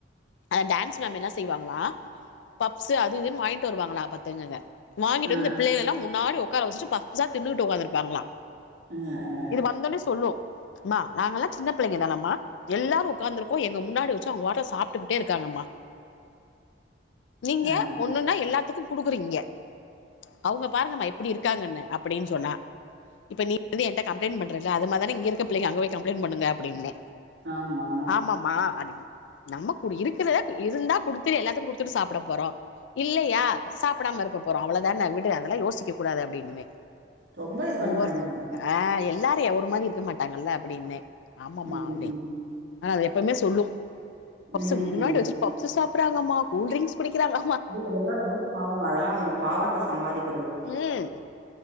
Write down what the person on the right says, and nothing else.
ஆ,
ஆ, ஆ,
ஆ.
ஆமா.
ரொம்ப இது பண்றாய்ங்க
ம்,
ம்.
ம்,
ம்.
அய்யோ அதெல்லா ரொம்ப பாவொங்க அதெல்லா அவுங்க பாவத்த சம்பாதிக்